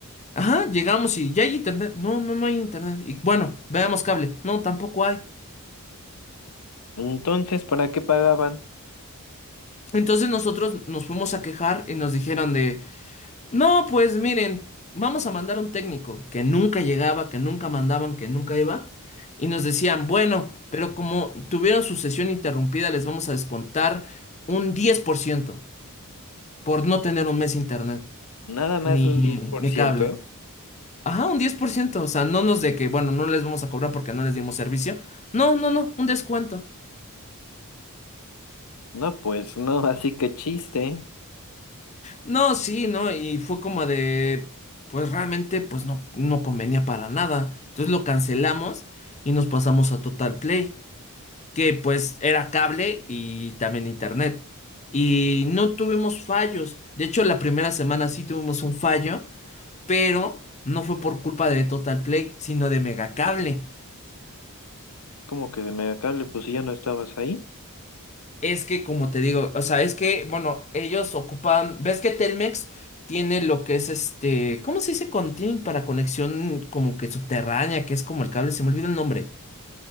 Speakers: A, on the left; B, on the left.
A: Ajá, llegamos y ya hay internet. No, no, no hay internet. Y bueno, veamos cable. No, tampoco hay.
B: Entonces, ¿para qué pagaban?
A: Entonces nosotros nos fuimos a quejar y nos dijeron de, no, pues miren, vamos a mandar un técnico que nunca llegaba, que nunca mandaban, que nunca iba. Y nos decían, bueno, pero como tuvieron su sesión interrumpida, les vamos a descontar un diez por ciento por no tener un mes internet,
B: Nada más
A: ni,
B: un diez por
A: ni
B: ciento
A: cable. Ajá, un 10% o sea, no nos de que, bueno, no les vamos a cobrar porque no les dimos servicio. No, no, no, un descuento.
B: No, pues no, <laughs> así que chiste.
A: No, sí, no, y fue como de, pues realmente, pues no, no convenía para nada. Entonces lo cancelamos y nos pasamos a Total Play, que pues era cable y también internet. Y no tuvimos fallos. De hecho, la primera semana sí tuvimos un fallo, pero no fue por culpa de Total Play, sino de Megacable.
B: Como que de megacable, pues si ya no estabas ahí.
A: Es que, como te digo, o sea, es que, bueno, ellos ocupan, ves que Telmex tiene lo que es este, ¿cómo se dice cuando tienen para conexión como que subterránea, que es como el cable? Se me olvida el nombre.